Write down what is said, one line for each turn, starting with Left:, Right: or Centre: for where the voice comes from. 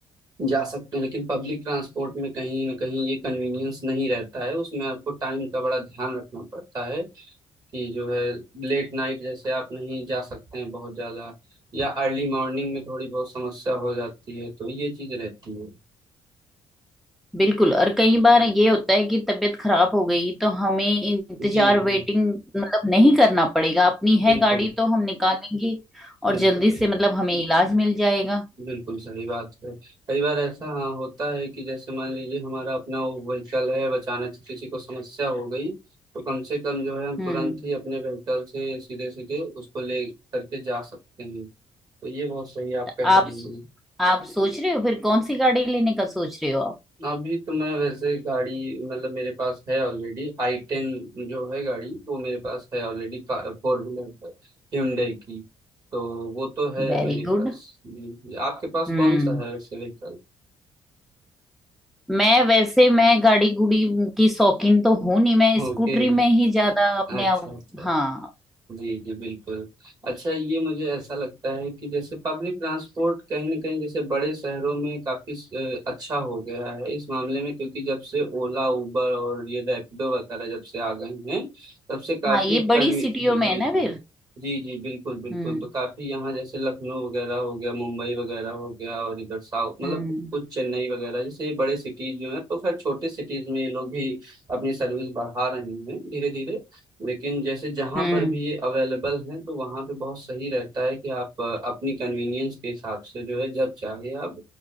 Right: जा सकते हैं लेकिन पब्लिक ट्रांसपोर्ट में कहीं ना कहीं ये कन्वीनियंस नहीं रहता है उसमें आपको टाइम का बड़ा ध्यान रखना पड़ता है कि जो है लेट नाइट जैसे आप नहीं जा सकते हैं बहुत ज्यादा या अर्ली मॉर्निंग में थोड़ी बहुत समस्या हो जाती है तो ये चीज रहती है
Centre: बिल्कुल और कई बार ये होता है कि तबीयत खराब हो गई तो हमें इंतजार
Right: जी जी
Centre: वेटिंग मतलब नहीं करना पड़ेगा अपनी है
Right: बिल्कुल
Centre: गाड़ी तो हम निकालेंगे और
Right: बिल्कुल
Centre: जल्दी से मतलब हमें इलाज मिल जाएगा
Right: बिल्कुल सही बात है कई बार ऐसा हाँ होता है कि जैसे मान लीजिए हमारा अपना वो व्हीकल है अब अचानक से किसी को समस्या हो गई तो कम से कम जो है हम
Centre: हम्म
Right: तुरंत ही अपने व्हीकल से सीधे सीधे उसको ले करके जा सकते हैं तो ये बहुत सही आप कह
Centre: आप
Right: रहे हैं
Centre: आप सोच रहे हो फिर कौन सी गाड़ी लेने का सोच रहे हो आप
Right: अभी तो मैं वैसे गाड़ी मतलब मेरे पास है ऑलरेडी आई टेन जो है गाड़ी वो मेरे पास है ऑलरेडी फोर व्हीलर है Hyundai की तो वो तो है
Centre: Very
Right: मेरे
Centre: good
Right: पास जी जी। आपके पास
Centre: हम्म
Right: कौन सा है वैसे व्हीकल
Centre: मैं वैसे मैं गाड़ी गुड़ी की शौकीन तो हूं नहीं मैं स्कूटरी
Right: ओके
Centre: में ही ज्यादा अपने
Right: अच्छा
Centre: आप
Right: अच्छा
Centre: हाँ
Right: जी जी बिल्कुल अच्छा ये मुझे ऐसा लगता है कि जैसे पब्लिक ट्रांसपोर्ट कहीं ना कहीं जैसे बड़े शहरों में काफी अ, अच्छा हो गया है इस मामले में क्योंकि जब से ओला उबर और ये रैपिडो वगैरह जब से आ गए हैं तब से काफी
Centre: हाँ ये बड़ी
Right: कन्वी
Centre: सिटियों
Right: जी
Centre: में है ना
Right: जी
Centre: फिर
Right: जी जी बिल्कुल बिल्कुल
Centre: हम्म
Right: तो काफी यहाँ जैसे लखनऊ वगैरह हो गया मुंबई वगैरह हो गया और इधर साउथ मतलब
Centre: हम्म
Right: कुछ चेन्नई वगैरह जैसे ये बड़े सिटीज जो है तो खैर छोटे सिटीज में ये लोग भी अपनी सर्विस बढ़ा रहे हैं धीरे धीरे लेकिन जैसे जहाँ
Centre: हम्म
Right: पर भी ये अवेलेबल है तो वहाँ पे बहुत सही रहता है कि आप अ, अपनी कन्वीनियंस के हिसाब से जो है जब चाहे आप